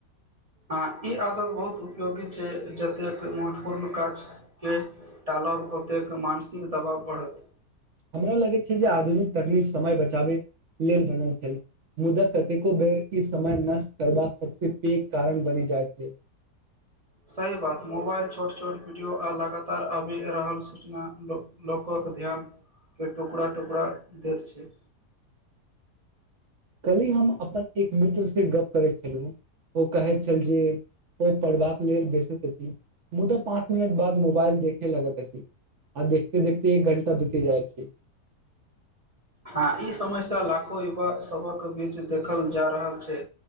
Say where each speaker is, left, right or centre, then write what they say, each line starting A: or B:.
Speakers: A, on the right; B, on the right.
A: हँ ई आदत बहुत उपयोगी छै जतेक महत्वपूर्ण काज के टालब ओतेक मानसिक दबाव बढ़त
B: हमरा लगैत छै जे आधुनिक तकनीक समय बचाबै लेल बनल छै मुदा कतेको बेर ई समय नष्ट करबाक सबस पैघ कारण बनि जाइत छै <inaudible>
A: सही बात मोबाइल छोट छोट वीडियो आ लगातार आबि रहल सूचना लोकक क ध्यान के टुकड़ा टुकड़ा दैत छै
B: कली हम अपन एक मित्र से गप करैत छलहुँ ओ कहय छलल जे ओ पढ़बाक लेल बेसैत अछि मुदा पाँच मिनट बाद मोबाइल देखे लगैत अछि आ देखते देखते एक घण्टा बीती जाइत छै
A: हँ ई समस्या लाखो युवा सभक बीच देखल जा रहल छै